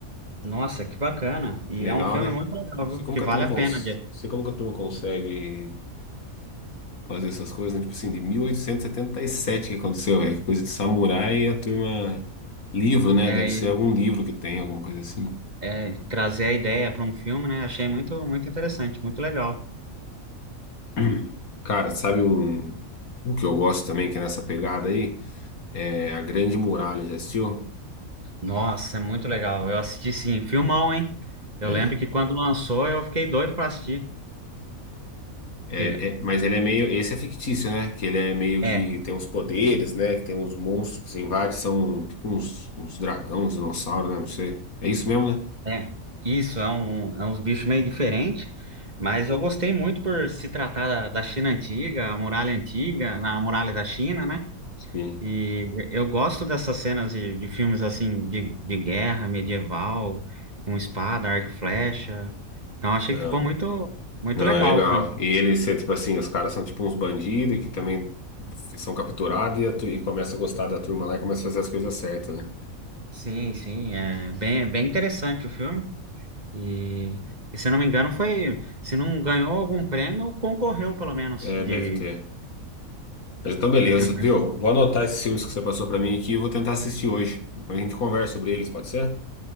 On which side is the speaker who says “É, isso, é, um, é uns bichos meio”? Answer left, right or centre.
Right